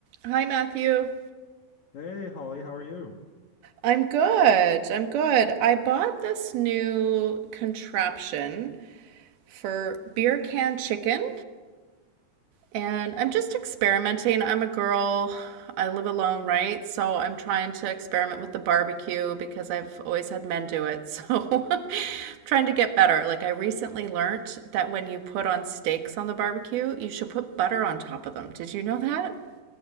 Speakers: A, on the right (about 65°); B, on the left (about 65°).
A: Hi, Matthew.
B: Hey Holly, how are you?
A: I'm good. I'm good. I bought this new contraption for beer can chicken, and I'm just experimenting. I'm a girl. I live alone, right? So I'm trying to experiment with the barbecue because I've always had men do it. So <laughs> I'm trying to get better. Like I recently learnt that when you put on steaks on the barbecue, you should put butter on top of them. Did you know that?